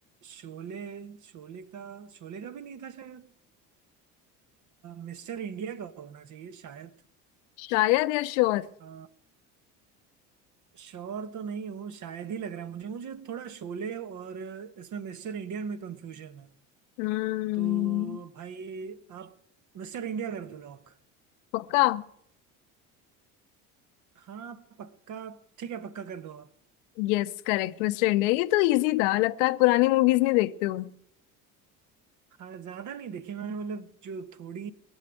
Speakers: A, on the right (about 50°); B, on the left (about 80°).
A: शोले शोले का शोले का भी नहीं था शायद मिस्टर इंडिया का होना चाहिए शायद
B: शायद या श्योर
A: अ, श्योर तो नहीं हूँ शायद ही लग रहा है मुझे मुझे थोड़ा शोले और इसमें मिस्टर इंडियन में कंफ्यूजन है
B: हम्म
A: तो भाई आप मिस्टर इंडिया कर दो लॉक
B: पक्का
A: हाँ पक्का ठीक है पक्का कर दो आप
B: यस करेक्ट मिस्टर इंडिया ये तो इजी था लगता है पुरानी मूवीज नहीं देखते हो
A: हाँ ज्यादा नहीं देखी मैंने मतलब जो थोड़ी